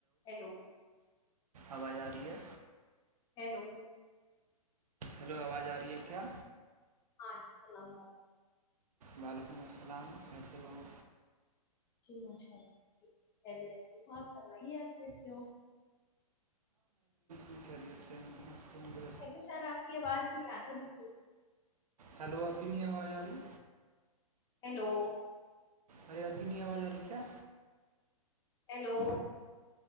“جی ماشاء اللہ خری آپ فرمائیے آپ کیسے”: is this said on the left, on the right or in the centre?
Left